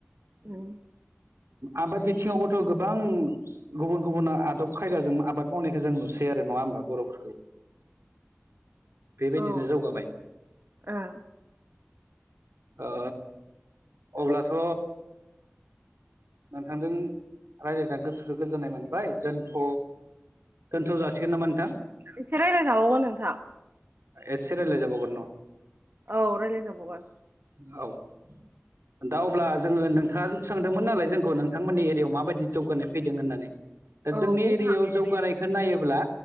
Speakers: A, on the right; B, on the right.
A: ओम।
B: आबाद बिथिङावबोथ' गोबां गुबुन गुबुन आदब। खायदाजों आबाद मावनायखौ जों नुसै आरो नङा होमबा बर'फोरखौ। बेबायदिनो
A: औ
B: जौगाबाय।
A: औ
B: ओ अब्लाथ'। नोंथांजों रायज्लायना गोसोखौ गोजोननाय मोनबाय दोनथ'। दोनथ जासिगोन नामा नोंथां।
A: एसे रायज्लायजाबावगोन नोंथां।
B: एसे रायलायजाबाव गोन न।
A: औ रायलायजाबगोन।
B: औ दा अब्ला जोङो नोंथाङा सोंदोंमोन ना। फोलाय जोंखौ नोंथांमोननि एरियायाव माबायदि जौगानाय फैदों होननानै। ओ
A: औ
B: जोंनि
A: बुंनो
B: एरियायाव
A: हागोन
B: जौगानायखौ नायोब्ला